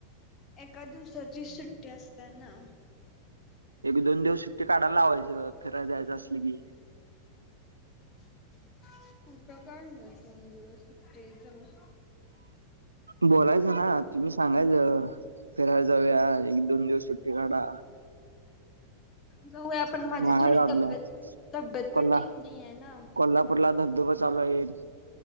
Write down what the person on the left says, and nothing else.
एका दिवसाची सुट्टी असत्याना
कुठं काय, नाही दोन दिवस सुट्टी हाय जनु.
जाऊया पण माझी
थोडी तब्येत तब्येत पण
ठीक नाही आहे ना